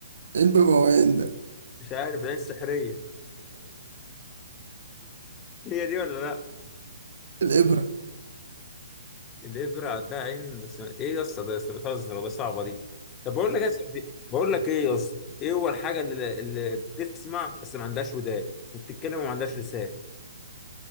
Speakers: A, on the right (about 65°); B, on the left (about 20°).
A: ايه المبوعين ده
B: مش عارف العين السحريه هي دي ولا لا
A: الإبرة
B: الابره عندها عين بس ايه يا اسطى ده يا اسطى بتهزر ولا صعبه دي طب بقول لك يا اسطى دي- بقول لك ايه يا اسطى ايه هو الحاجه اللي, اللي بتسمع بس ما عندهاش ودان وبتتكلم وما عندهاش لسان